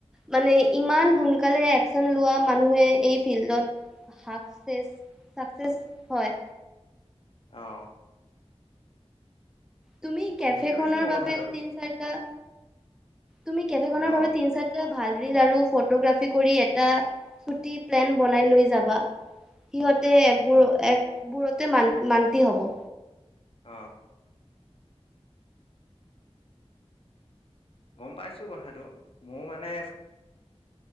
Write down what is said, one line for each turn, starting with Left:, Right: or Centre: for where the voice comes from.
Centre: মানে ইমান সোনকালে এক্সন লোৱা মানুহে এই ফিল্ডত - <unintelligible> হয়।
Left: অহ।
Centre: তুমি কেফে
Left: বুজি
Centre: খনৰ
Left: পাইছো মই
Centre: বাবে
Left: কথাটো
Centre: তিন চাৰিটা, তুমি কেফে খনৰ
Left: অ
Centre: বাবে তিন চাৰিটা ভাল ৰিল আৰু ফটোগ্ৰাফী কৰি এটা <unintelligible> প্লেন বনাই লৈ যাবা। সিহঁতে একবোৰ,
Left: অ
Centre: একবোৰতে মান মান্তি হব।
Left: অ'হ। গম পাইছোঁ কথাটো, মোৰ মানে